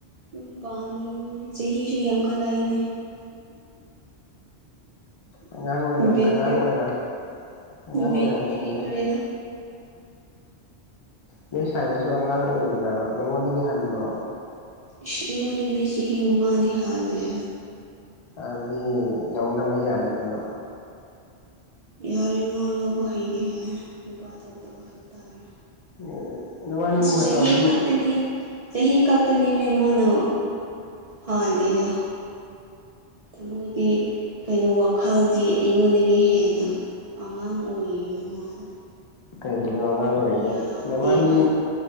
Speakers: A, on the right (about 65°); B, on the left (about 45°).
A: ꯌꯨꯝ ꯄꯥꯟꯗꯣꯏꯅꯣꯅꯤ ꯆꯍꯤꯁꯨ ꯌꯥꯝꯈꯠꯂꯛꯏꯅꯦ
B: ꯑꯉꯥꯡ ꯑꯣꯏꯔ
A: ꯕꯤꯠꯀ
B: ꯑꯉꯥꯡ ꯑꯣꯏꯔꯝ ꯑꯉꯥꯡ
A: ꯕꯤꯠꯇꯤ
B: ꯑꯣꯏꯔꯝꯈꯤꯦꯅꯦ ꯏꯗ
A: ꯀꯔꯤꯔ
B: ꯅꯣꯏ ꯁ꯭ꯋꯥꯏꯗꯁꯨ ꯑꯉꯥꯡ ꯑꯣꯏꯔꯤꯕ꯭ꯔꯕ ꯅꯪꯉꯣꯟꯗꯒꯤ ꯍꯟꯕ꯭ꯔꯣ
A: ꯏꯁ ꯑꯩꯉꯣꯟꯗꯒꯤꯗꯤ ꯆꯍꯤ ꯃꯉꯥꯗꯤ ꯍꯜꯂꯦ
B: ꯑꯗꯨꯗꯤ ꯂꯧꯅꯕ ꯌꯥꯔꯦ ꯑꯩꯈꯣꯏꯩꯅꯣ
A: ꯌꯥꯔꯦꯃ ꯂꯧꯕ ꯍꯩꯔ ꯍꯥꯏ ꯅꯨꯄꯥ ꯊꯣꯛꯇꯕ ꯍꯥꯏꯕ ꯇꯥꯔꯦ
B: ꯅꯕꯥꯅꯤ
A: ꯃ ꯆ
B: ꯃꯇꯝꯗꯨꯝ
A: ꯍ ꯍꯥꯞꯂꯅꯤ ꯆꯍꯤ ꯈꯛꯇꯅꯤꯅꯦ ꯃꯥꯅ ꯍꯗꯦꯗ ꯊꯃꯣꯏꯗꯤ ꯀꯩꯅꯣ ꯋꯥꯈꯜꯗꯤ ꯑꯩꯉꯣꯟꯗꯒꯤ ꯍꯦꯟꯅ ꯑꯉꯥꯡ ꯑꯣꯏꯔꯤꯅꯤ ꯃꯥꯗ
B: ꯀꯩꯒꯤꯅꯣ ꯑꯉꯥꯡ ꯑꯣꯏꯔꯤꯒꯦ
A: ꯌꯥꯗꯦꯕ
B: ꯅꯕꯥꯅꯤ